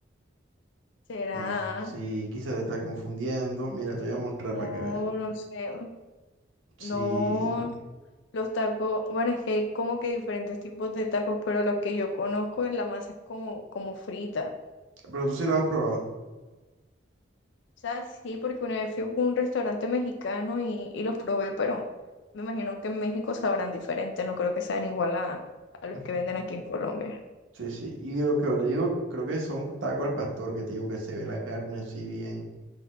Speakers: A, on the left; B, on the right.
A: Será,
B: No, s- sí, quizás te estás confundiendo. Mira, te voy a mostrar
A: no,
B: para que veas.
A: no sé,
B: Sí.
A: no, Los tacos, bueno, es que hay como que diferentes tipos de tacos, pero los que yo conozco en la masa es como, como frita.
B: Pero tú sí lo has probado.
A: O sea, sí, porque una vez fui a un restaurante mexicano y, y los probé, pero me imagino que en México sabrán diferente, no creo que sean igual a, a los
B: <laughs>
A: que venden aquí en Colombia.
B: Sí, sí. Y lo que yo te digo, creo que son tacos al pastor, que te digo que se ve la carne así bien,